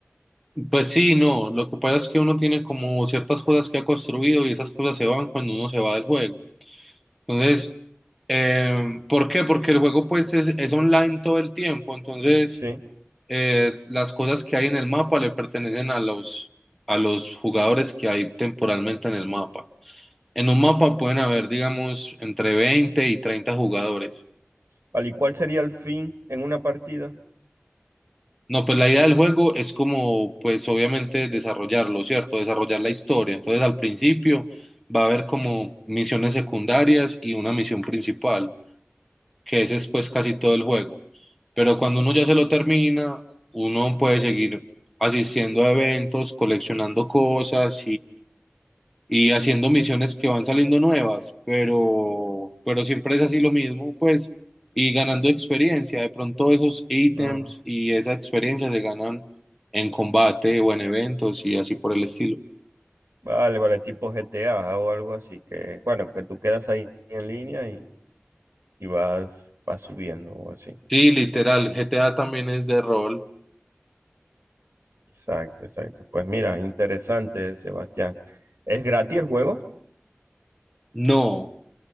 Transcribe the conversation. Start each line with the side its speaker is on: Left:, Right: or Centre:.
Centre: Pues sí, no, lo que pasa es que uno tiene como ciertas cosas que ha construido y esas cosas se van cuando uno se va del juego. Entonces, eh, ¿por qué? Porque el juego pues es, es online todo el tiempo, entonces
Right: ¿Sí?
Centre: eh, las cosas que hay en el mapa le pertenecen a los, a los jugadores que hay temporalmente en el mapa. En un mapa pueden haber, digamos, entre 20 y 30 jugadores.
Right: Vale, ¿y cuál sería el fin en una partida?
Centre: No, pues la idea del juego es como, pues obviamente desarrollarlo, ¿cierto? Desarrollar la historia. Entonces al principio va a haber como misiones secundarias y una misión principal, que ese es pues casi todo el juego. Pero cuando uno ya se lo termina, uno puede seguir asistiendo a eventos, coleccionando cosas y haciendo misiones que van saliendo nuevas, pero, pero siempre es así lo mismo, pues, y ganando experiencia. De pronto esos ítems
Right: Ah,
Centre: y esa experiencia se ganan en combate o en eventos y así por el estilo.
Right: vale, vale, tipo GTA o algo así que, bueno, que tú quedas ahí en línea y, y vas, vas subiendo o así.
Centre: Sí, literal, GTA también es de rol.
Right: Exacto, exacto. Pues mira, interesante, Sebastián. ¿Es gratis el juego?
Centre: No,